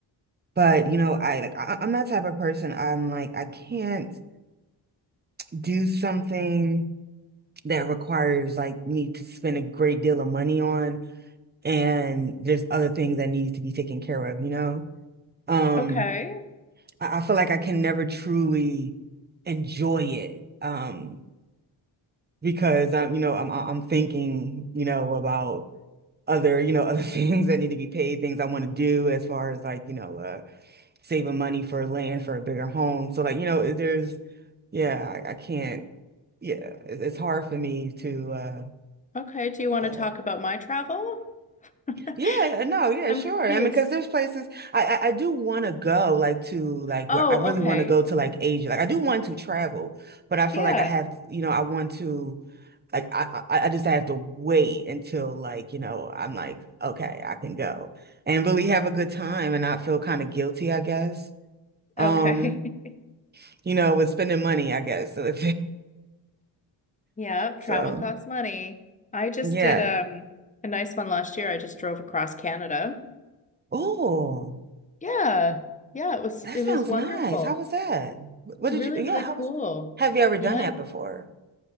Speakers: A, on the right; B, on the left.
A: but you know, I like I, I'm that type of person. I'm like I can't do something that requires like me to spend a great deal of money on and there's other things that need to be taken care of, you know? Um
B: okay.
A: I, I feel like I can never truly enjoy it. Um because I'm, you know, I'm I'm thinking, you know, about other, you know, other <laughs> things that need to be paid, things I want to do as far as like, you know, uh saving money for land for a bigger home. So like, you know, there's yeah, I, I can't yeah, it, it's hard for me to uh
B: Okay. Do you want
A: uh
B: to talk about my travel?
A: Yeah,
B: <laughs>
A: uh, no, yeah,
B: I'm
A: sure.
B: confused.
A: I mean, because there's places I I, I do want to go, like to like
B: Oh,
A: where I really
B: okay.
A: want to go to like Asia. Like I do want to travel, but I feel
B: Yeah.
A: like I have, you know, I want to, like I I, I just have to wait until like you know I'm like okay I can go and really have a good time and not feel kind of guilty, I guess. Um,
B: Okay. <laughs>
A: you know, with spending money, I guess. <laughs> So,
B: Yeah,
A: so
B: travel costs money. I just
A: yeah.
B: did um a nice one last year. I just drove across Canada.
A: Oh.
B: Yeah. Yeah, it was
A: That
B: it
A: sounds
B: was wonderful.
A: nice. How was that? What
B: Really,
A: did you, yeah,
B: really
A: how
B: cool.
A: was, have you ever done
B: Yeah.
A: that before?